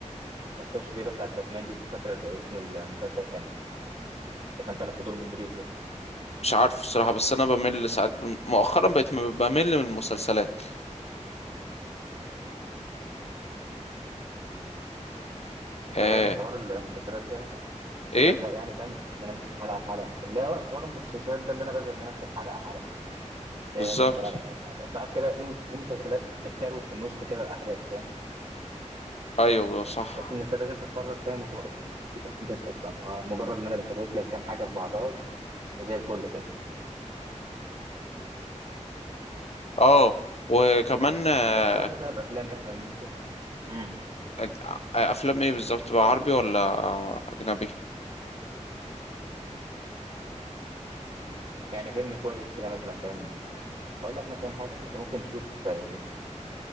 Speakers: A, on the right; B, on the left.
A: الشخصيه الشريره بتاعت باتمان دي مش فاكر اسم المسلسل كان اللي كان طالع في دور بطريق ده
B: مش عارف الصراحة بس انا بمل ساعات مؤخرا بقيت م- بمل من المسلسلات آه.
A: انت فاهم حوار المسلسلات ده أنا
B: ايه
A: بزهق يعني فاهم ان انا امسك حلقه حلقه لا حوار المسلسلات ده اللي انا بزهق ان انا امسك حلقه حلقه فاهم
B: بالظبط
A: واتفرج على حاجه حلوه ساعات كده في في مسلسلات بتكروت في النص كده الاحداث فاهم
B: ايوه صح
A: تحس ان انت لازم تتفرج فاهم وخلاص يعني مفيش احداث اصلا هو مجرد ان انا بكروت لك كام حاجه في بعضها وزي الفل كده
B: اه وكمان آه.
A: اقترح لي طيب افلام مثلا ممكن امم
B: أنت- آه، افلام ايه بالظبط بقى عربي ولا آه، اجنبي
A: يعني فيلم كويس كده مثلا فاهم يعني اقول لك مثلا حاجه انت ممكن تشوف آه،